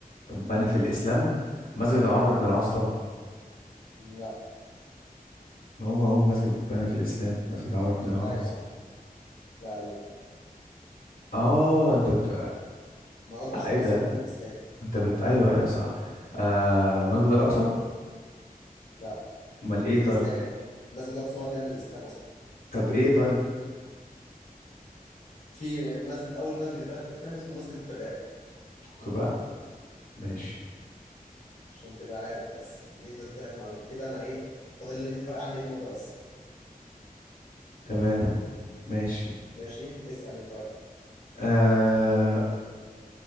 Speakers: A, on the left; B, on the left.
A: اتبنى في الاسلام مسجد
B: مم.
A: عمرو بن العاص طبعا
B: لا
A: ما هو اول مسجد اتبنى في الاسلام مسجد عمرو بن العاص
B: لا يا عم لا لا
A: اه انت بت
B: ما عدتش
A: لا
B: في
A: ايه
B: مصر
A: ده
B: بقول في الاسلام
A: انت بت ايوه ايوه صح آه المسجد الاقصى
B: لا
A: امال ايه
B: في
A: طيب
B: الاسلام المسجد الاقصى مبني قبل الاسلام اصلا
A: طب ايه طيب
B: في مسجد اول مسجد اتبنى في الاسلام اسمه مسجد قباء
A: كوبا ماشي
B: مم. عشان تبقى عارف بس دي قلت لك معلومه كده انا ايه فاضل لي انت فرق عني بنقطه بس
A: تمام ماشي
B: ماشي اسال انت بقى
A: آه...